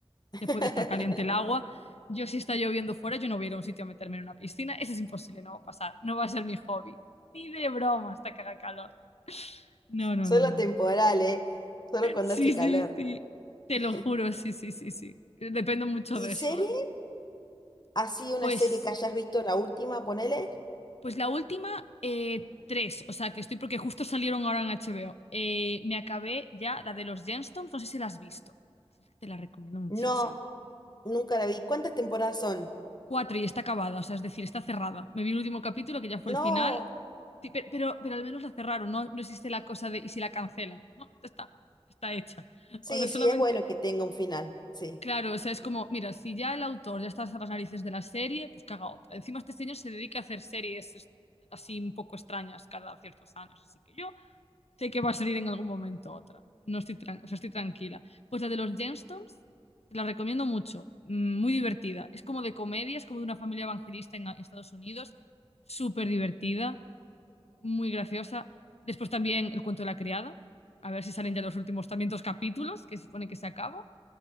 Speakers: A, on the left; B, on the left.
A: <laughs>
B: te puede estar caliente el agua. Yo si está lloviendo fuera, yo no voy a ir a un sitio a meterme en una piscina. Eso es imposible, no va a pasar. No va a ser mi hobby. Ni de broma hasta que haga calor. No, no,
A: Solo
B: no, no,
A: temporal,
B: no.
A: ¿eh? Solo cuando
B: Sí,
A: hace
B: sí,
A: calor.
B: sí. Te
A: <laughs>
B: lo juro, sí, sí, sí, sí. Dependo mucho
A: ¿Y
B: de
A: serie?
B: eso, ¿eh?
A: ¿Así una
B: Pues,
A: serie que hayas visto la última, ponele?
B: pues la última, eh, tres. O sea, que estoy porque justo salieron ahora en HBO. Eh, me acabé ya la de los Gemstones. No sé si la has visto. Te la recomiendo muchísimo.
A: No, nunca la vi. ¿Cuántas temporadas son?
B: Cuatro y está acabada, o sea, es decir, está cerrada. Me vi el último capítulo, que ya fue
A: No.
B: el final. Sí, pe- pero, pero, al menos la cerraron, ¿no? No existe la cosa de ¿y si la cancelan? No, ya está, está hecha.
A: Sí,
B: Ahora solamente.
A: sí, es bueno que tenga un final. Sí.
B: Claro, o sea, es como, mira, si ya el autor ya está hasta las narices de la serie, pues que haga otra. Encima este señor se dedica a hacer series es- así un poco extrañas cada ciertos años, así que yo Sé que va a salir en algún momento otra. No estoy, tran- o sea, estoy tranquila. Pues la de los Gemstones, te la recomiendo mucho. Mm, Muy divertida. Es como de comedia, es como de una familia evangelista en a- Estados Unidos. Súper divertida, muy graciosa. Después también El cuento de la criada. A ver si salen ya los últimos también dos capítulos, que se supone que se acaba.